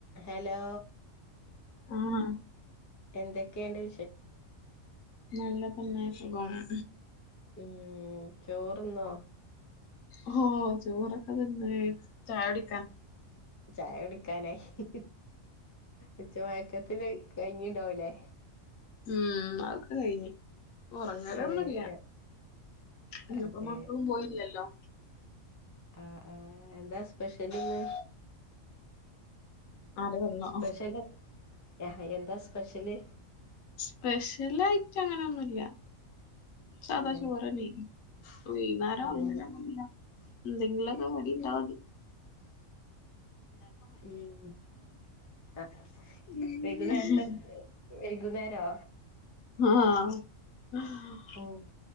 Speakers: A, on the left; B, on the left.
A: Hello?
B: ആഹ്
A: എന്തൊക്കേണ്ട്?
B: നല്ല തന്നെ സുഖാണ്.
A: ഏഹ് ചോറുന്നോ?
B: ഓഹ് ചോറൊക്കെതിന്ന് ചായുടി
A: ചായുകടിക്കാനായി. ഉച്ച മയക്കത്തില് കഴിഞ്ഞീണ്ടാവുല്ലേ?
B: ഉം അതൊക്കെ കഴിഞ്ഞ്. ഒറങ്ങല്ലൊന്നുല്ല
A: ഏ എ,
B: ഇന്ന്പ്പോ
A: അതെ
B: മക്കളും പോയില്ലല്ലോ.
A: ആഹ് ആഹ് എന്താ സ്പെഷ്യല്ന്ന്?
B: ആര് വന്നോ
A: സ്പെഷ്യല് ആഹ് എന്താ സ്പെഷ്യല്?
B: സ്പെഷലായിട്ടങ്ങനൊന്നുല്ല. സദാ
A: ഏ
B: ചോറല്ലീ വൈന്നേരം
A: അതെ
B: അങ്ങനൊന്നുല്ല. എന്തെങ്കിലൊക്കെ കടിണ്ടാതി.
A: ഉം എ
B: ഉം.
A: വൈകുന്നേരം ന്നേരത്തെ വൈകുന്നേരോ?
B: ആഹ്ഹാ
A: ഉം